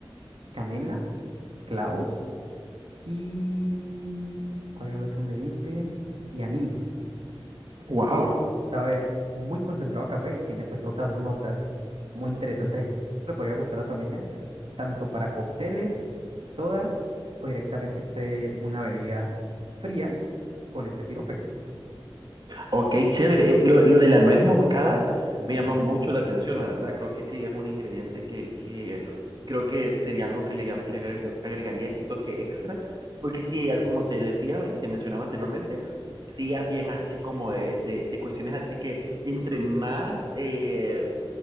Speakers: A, on the right (about 75°); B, on the right (about 50°).
A: canela, clavos. ¿Y cuál era el otro ingrediente? Y anís.
B: Wow.
A: Entonces, sabe muy concentrado a café y tiene pues otras notas muy interesantes que le podría gustar a tu amiga, tanto para cócteles, todas, o directamente hacer una bebida fría con este sirope.
B: Ok, chévere. Eh, Lo, lo de la nuez moscada
A: Ujú,
B: me llama mucho la atención, la verdad. Creo que sí es un ingrediente que, que creo que sería algo que le, ga- le agregar- agregaría ese toque extra, porque sí,
A: ujú.
B: ella, como te decía y te mencionaba anteriormente, sí, ella es bien así como de, de- de cuestiones así que entre más, eh,